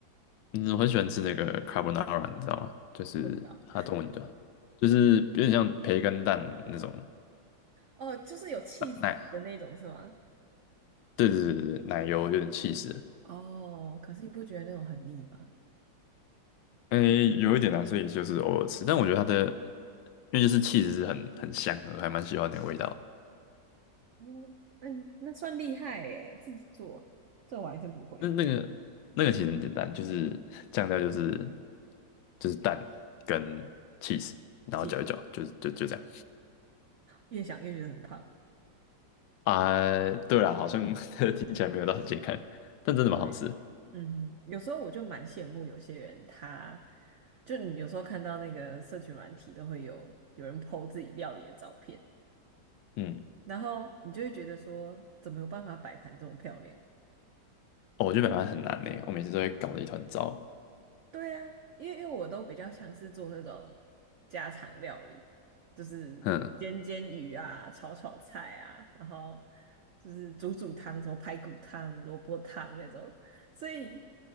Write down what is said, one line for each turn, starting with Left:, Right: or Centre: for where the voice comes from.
Left: 嗯，我很喜欢吃那个 carbonara，你知道吗？就是它中文叫。
Right: 不知道。
Left: 就是有点像培根蛋那种
Right: 哦，就是有气死的那种是吗？
Left: 呃奶，对对对对，奶油有点气 h e e
Right: 哦，可是你不觉得那种很腻吗？
Left: 诶，有一点难，所以也就是偶尔吃。但我觉得它的，因为就是气 h 是很很香的，我还蛮喜欢那个味道的。
Right: 嗯，嗯，那算厉害诶，自己做，这我还真不会。
Left: 那那个那个其实很简单，就是酱料就是就是蛋跟 cheese，然后搅一搅，
Right: 气死
Left: 就就就这样。
Right: 越想越觉得很胖。
Left: 啊、对啦，好像 <laughs> 听起来没有到很健康，但真的蛮好吃的
Right: 对。嗯哼，有时候我就蛮羡慕有些人他，就你有时候看到那个社群软体都会有有人 po 自己料理的照片，
Left: 嗯，
Right: 然后你就会觉得说，怎么有办法摆盘这么漂亮？
Left: 哦，我觉得北方很难呢，我每次都会搞得一团糟。
Right: 对啊，因为因为我都比较像是做那种家常料理，就是煎煎鱼啊、
Left: 嗯
Right: 炒炒菜啊，然后就是煮煮汤，什么排骨汤、萝卜汤那种，所以